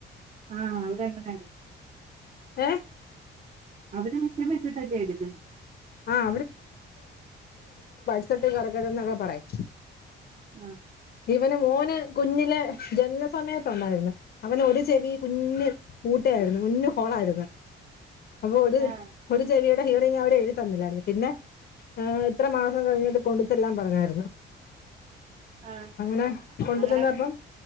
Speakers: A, on the right; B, on the left.
A: ആ അതെങ്ങനെയാണ്
B: ഏ
A: അവര് മിഷ വച്ചിട്ടല്ലേ എടുക്കുന്നേ
B: ആഹ് ട്ട് കറക്ക എന്നൊക്കെ പറയും
A: ആ
B: ഇവന് മോന് കുഞ്ഞിലെ ജനന സമയത്ത ഉണ്ടായിരുന്നു അവന ഒരു ചെവി കുഞ്ഞ് കൂട്ട ആയിരുന്നു കുഞ്ഞ് ഹോളായിരുന്നു അപ്പൊ ഒ
A: ആഹ്
B: ഒരു ചെവിയുടെ ഹീറോയിങ് അവിടെ എഴുത്തന്നില്ലായിരുന്നു പിന്നെ ആ എത്ര മാസം കഴിഞ്ഞിട്ട് കൊണ്ട ചെല്ലൻ പറഞ്ഞായി രുന്നു.
A: ആഹ്
B: അങ്ങനെ കൊണ്ട
A: അങ്ങനെ
B: ചന്നപ്പം